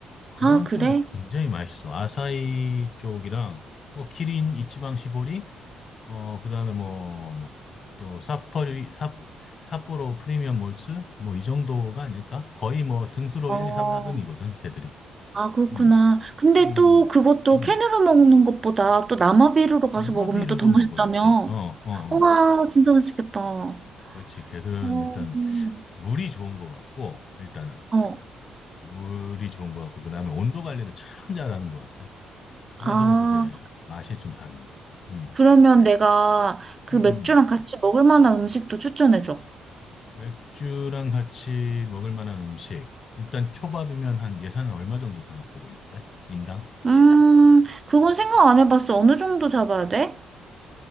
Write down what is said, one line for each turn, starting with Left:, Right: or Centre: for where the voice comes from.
Left: 그런
Right: 아, 그래?
Left: 쪽이 굉장히 맛있어. 아사히 쪽이랑 뭐 키린 이치방 시보리 어, 그다음에 뭐 또 삿포리 삿 삿포로 프리미엄 몰츠 뭐 이 정도가 아닐까? 거의 뭐 등수로
Right: 어,
Left: 1, 2, 3, 4등이거든, 걔들이.
Right: 아, 그렇구나.
Left: 음.
Right: 근데
Left: 음.
Right: 또 그것도
Left: 음.
Right: 캔으로 먹는 것보다 또 남아비루로 가서
Left: 야마비르로
Right: 먹으면 또 더 맛있다며.
Left: 먹어야지. 어, 어, 어.
Right: 와, 진짜 맛있겠다. 어,
Left: 그렇지. 걔들은
Right: 음.
Left: 일단 물이 좋은 것 같고 일단은
Right: 어.
Left: 물이 좋은 것 같고 그다음에 온도 관리를 참 잘하는 것 같아. 그래서
Right: 아,
Left: 그게 맛이 좀 다른 것 같아. 음.
Right: 그러면 내가 그
Left: 음.
Right: 맥주랑 같이 먹을 만한 음식도 추천해줘.
Left: 맥주랑 같이 먹을 만한 음식. 일단 초밥이면 한 예산은 얼마 정도 생각하고 있는데? 인당?
Right: 음, 그건 생각 안 해봤어. 어느 정도 잡아야 돼?